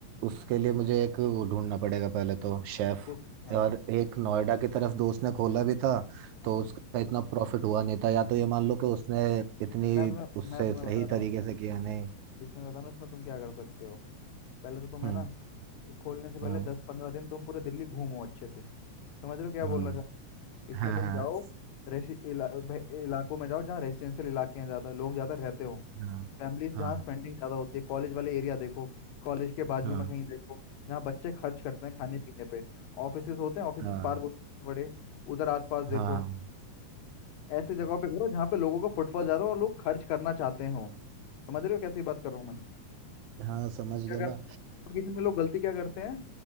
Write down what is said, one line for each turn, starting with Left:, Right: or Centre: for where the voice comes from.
Right: उसके लिए मुझे एक वो ढूंढना पड़ेगा पहले तो शेफ
Left: कुक हाँ
Right: और एक नोएडा की तरफ दोस्त ने खोला भी था
Left: हाँ
Right: तो उसका इतना प्रॉफिट हुआ नहीं था या तो ये मान लो कि उसने इतनी
Left: मैं तुम्हें
Right: उससे
Left: मैं तुम्हें
Right: सही
Left: बता रहा
Right: तरीके
Left: हूँ
Right: से किया नहीं
Left: इसमें बता रहा हूँ इसमें तुम क्या कर सकते हो पहले तो तुम्हें
Right: हम्म
Left: ना खोलने से पहले
Right: हम्म
Left: दस पंद्रह दिन तुम पूरे दिल्ली घूमो अच्छे से समझ रहे हो क्या
Right: हम्म
Left: बोलना चाह इसमें
Right: हाँ
Left: तुम
Right: हाँ
Left: जाओ रेसि इला, भे- इलाकों में जाओ जहाँ रेसिडेंशियल इलाके हैं ज़्यादा लोग ज़्यादा रहते हो
Right: हाँ
Left: फैमिलीज
Right: हाँ
Left: जहाँ स्पेंडिंग ज़्यादा होती है कॉलेज वाले एरिया देखो कॉलेज के बाजू
Right: हाँ
Left: में कहीं देखो जहाँ बच्चे खर्च करते हैं खाने पीने पे ऑफिसेज होते हैं ऑफिसेज
Right: हाँ
Left: पार्क होते हैं बड़े उधर आसपास देखो
Right: हाँ
Left: ऐसी जगहों पे करो जहाँ पे लोगों का फुटफॉल ज़्यादा हो और लोग खर्च करना चाहते हो समझ रहे हो कैसी बात कर रहा हूँ मैं
Right: हाँ हाँ, समझ
Left: क्या
Right: गया
Left: करते
Right: मैं
Left: हैं नोटिफिकेशन में लोग गलती क्या करते हैं